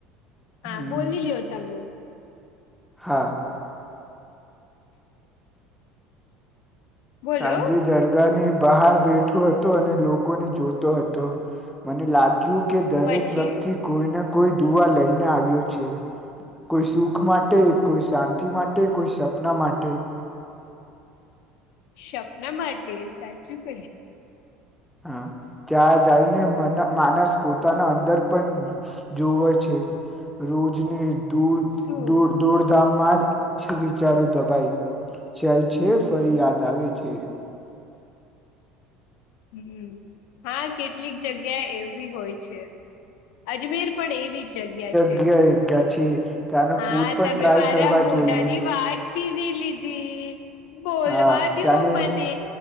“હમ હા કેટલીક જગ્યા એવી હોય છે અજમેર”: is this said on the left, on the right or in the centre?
Left